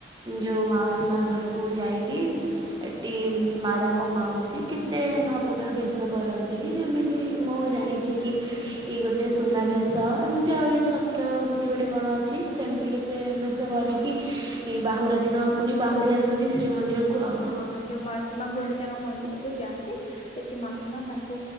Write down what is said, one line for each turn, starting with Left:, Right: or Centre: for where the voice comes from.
Right: ଯେଉଁ ମାଉସୀ ମା ଘରକୁ ଯାଇକି ଏଠି ମା ତାଙ୍କ ମାଉସୀ କେତେ ନଆ ପ୍ରକାର ଭେଷ କରନ୍ତି ଯେମିତି ମୁଁ ଜାଣି ଛି କି ଗୋଟେ ସୁନାଭେଶ ଏମିତି ଆହୁରି ଛତ୍ର ଏମିତି ଗୋଟେ କଣ ଅଛି ସେମିତି କି ତେ ଭେଶ
Left: ହଁ
Right: କରିକି ଏ ବାହୁଡ଼ା ଦିନ ପୁଣି ବାହୁଡ଼ି ଆସନ୍ତି ଶ୍ରୀମନ୍ଦିରକୁ ଆଉ
Left: ହଁ ଯୋଉ ମାଉସୀ ମା ଗୁଣ୍ଡିଚା ମନ୍ଦିର କୁ ଯାଆନ୍ତି ସେଠି ମାଉସୀ ମା ତାଙ୍କୁ